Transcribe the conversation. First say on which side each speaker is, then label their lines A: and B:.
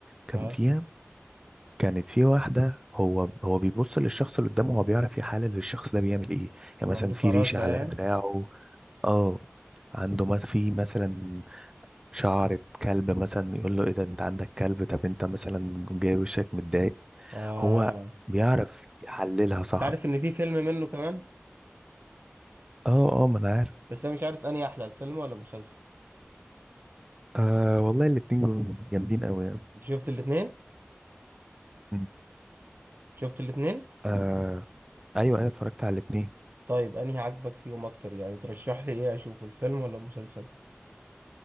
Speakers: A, on the right; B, on the right.
A: كان
B: اه
A: فيها كانت في واحدة هو هو بيبص للشخص اللي قدامه هو بيعرف يحلل الشخص ده بيعمل ايه يعني
B: عنده
A: مثلا في
B: فراسة
A: ريشة على
B: يعني
A: دراعه اه عنده ما في مثلا شعرة كلب مثلا يقول له ايه ده انت عندك كلب طب انت مثلا جاي وشك متضايق
B: اه
A: هو بيعرف يحللها صح
B: انت عارف ان في فيلم منه كمان
A: اه اه ما انا عارف
B: بس انا مش عارف انهي احلى الفيلم ولا المسلسل
A: آه والله الاتنين جم- جامدين قوي يعني
B: انت شفت الاتنين
A: مم.
B: شفت الاتنين
A: آه ايوه ايوه اتفرجت على الاتنين
B: طيب انهي عجبك فيهم اكتر يعني ترشح لي ايه اشوف الفيلم ولا المسلسل